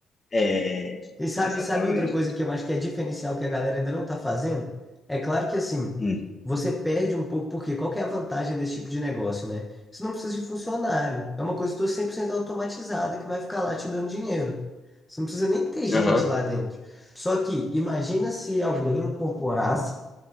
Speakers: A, on the left (about 25°); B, in the centre.
A: É, É,
B: E sabe,
A: exatamente.
B: sabe outra coisa que eu acho que é diferencial que a galera ainda não tá fazendo? É claro que assim,
A: Hum.
B: você perde um pouco, porque qual que é a vantagem desse tipo de negócio, né? Você não precisa de funcionário. É uma coisa toda 100% automatizada que vai ficar lá te dando dinheiro. Você não precisa nem ter gente
A: Aham,
B: lá dentro. Só que imagina se alguém incorporasse